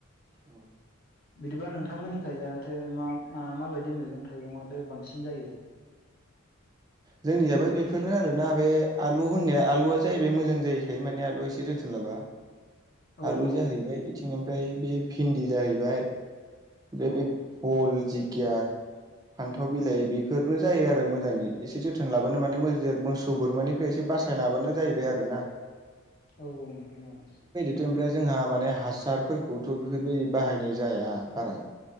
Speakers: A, on the right (about 15°); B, on the left (about 45°).
A: औ।
B: बिदिबा नोंथांमोननि खायजाथो मा मा माबायदि मैगं थाइगंआथो बांसिन जायो।
A: जोंनिजाबो बेफोरनो आरोना बे आलु होननाया आलुआ जाहैबाय मोजां जाहैखायो। माने आलुआ एसे जोथोन लाबा।
B: औ
A: आलु
B: औ
A: जाहैबाय इथिं ओमफ्राय बे भिन्दि जाहैबाय। ओमफ्राय
B: औ
A: बे फल जिखिया फान्थाव' बिलाहि बेफोरनो जायो आरो मोजाङै। एसे जोथोन लाबानो माने मोजेर मोसौ बोरमानिफ्राय एसे बासायनो हाबानो जाहैबाय आरो ना।
B: औ औ नोंथां औ।
A: समफ्राय जोंहा माने हासारफोरखौथ' बेफोरबायदि बाहायनाय जाया बारा।